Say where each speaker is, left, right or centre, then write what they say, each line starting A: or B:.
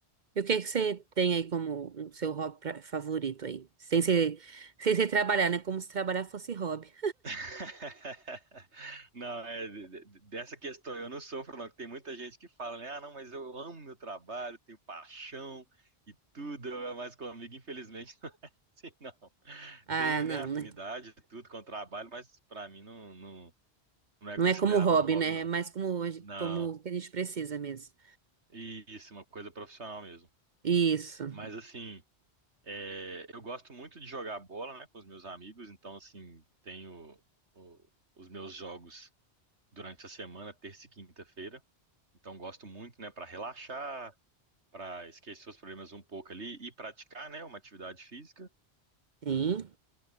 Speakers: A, on the right; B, on the right.
A: e o que que você tem aí como o seu hobby pra- favorito aí? Sem ser, sem ser trabalhar, né? Como se trabalhar fosse hobby.
B: <laughs> Não, é, de- de- de- dessa questão eu não sofro, não. que Tem muita gente que fala, né? Ah, não, mas eu amo meu trabalho, tenho paixão e tudo, mas comigo, infelizmente, <laughs> não assim, não.
A: Ah,
B: Tenho,
A: não,
B: né, afinidade
A: né?
B: e tudo com o trabalho, mas pra mim não, não, não é
A: Não
B: considerado
A: é como hobby,
B: um hobby,
A: né?
B: não.
A: É mais como,
B: Não,
A: como o que a gente precisa mesmo.
B: e isso, uma coisa profissional mesmo.
A: Isso.
B: Mas assim. É, eu gosto muito de jogar bola, né, com os meus amigos, então, assim, tenho o- os meus jogos durante a semana, terça e quinta-feira. Então, gosto muito, né, para relaxar, para esquecer os problemas um pouco ali e praticar, né, uma atividade física.
A: Sim.